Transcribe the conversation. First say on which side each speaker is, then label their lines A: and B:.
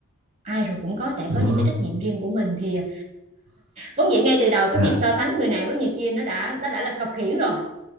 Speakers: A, on the right; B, on the right.
A: ai rồi cũng có sẽ
B: đúng
A: có những
B: rồi
A: cái trách nhiệm riêng của mình thì ờ, vốn dĩ ngay từ đầu cái
B: dạ
A: việc so sánh người này với người kia nó đã nó đã là khập khiễng rồi